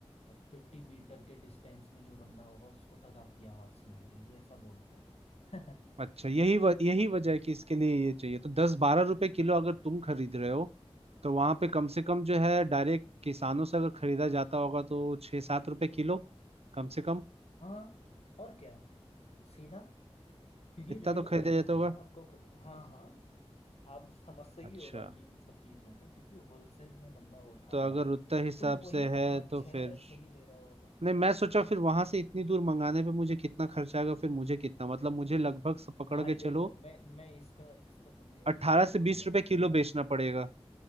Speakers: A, on the left; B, on the right.
A: फिफ्टी मीटर के डिस्टेंस में जो बंदा होगा उसको तक आपकी आवाज़ सुनाई देगी ऐसा बोलते हैं
B: अच्छा यही व, यही वजह है कि इसके लिए ये चाहिए तो दस बारह रुपए किलो अगर तुम खरीद रहे हो तो वहां पे कम से कम जो है डायरेक्ट किसानों से अगर खरीदा जाता होगा तो छह सात रुपए किलो कम से कम
A: <laughs> हाँ और क्या सीधा क्योंकि
B: इतना
A: रेट
B: तो खरीदा
A: बढ़ जाता
B: जाता होगा
A: है आपको खुद हाँ हाँ आप समझते ही
B: अच्छा
A: हो बाकी इन सब चीज़ों को क्योंकि होलसेल में बंदा उठा
B: तो
A: रहा
B: अगर
A: है
B: उतना हिसाब
A: तो वही
B: से
A: पाँच
B: है तो
A: छः
B: फिर
A: ऐसे ही ले रहा होगा
B: नहीं मैं सोचा फिर वहां से इतनी दूर मंगाने पे मुझे कितना खर्चा आएगा फिर मुझे कितना मतलब मुझे लगभग से पकड़
A: भाई
B: के चलो
A: देखो मैं मैं इसका इसका तुम्हें एक
B: अट्ठारह
A: सबसे
B: से
A: बढ़िया
B: बीस
A: रीज़न
B: रुपए किलो बेचना पड़ेगा